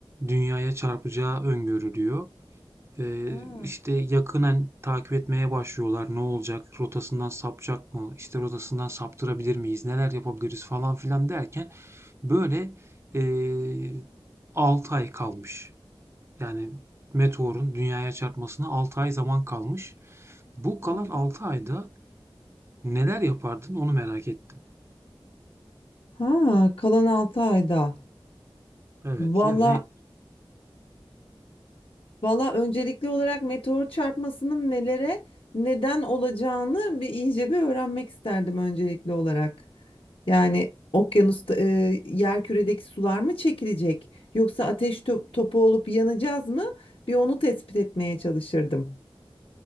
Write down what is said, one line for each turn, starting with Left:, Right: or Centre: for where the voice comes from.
Right: dünyaya çarpacağı öngörülüyor. Eee
Left: Ha,
Right: işte yakınen takip etmeye başlıyorlar. Ne olacak? Rotasından sapacak mı? İşte rotasından saptırabilir miyiz? Neler yapabiliriz falan filan derken böyle eee 6 ay kalmış. Yani meteorun dünyaya çarpmasına 6 ay zaman kalmış. Bu kalan
Left: hı hı.
Right: 6 ayda neler yapardın onu merak ettim.
Left: Ha, kalan 6 ayda.
Right: Evet
Left: Vallahi
Right: yani
Left: Valla öncelikli olarak meteor çarpmasının nelere neden olacağını bir iyice bir öğrenmek isterdim öncelikli olarak. Yani okyanusta e, yerküredeki sular mı çekilecek yoksa ateş to- topu olup yanacağız mı? Bir onu tespit etmeye çalışırdım.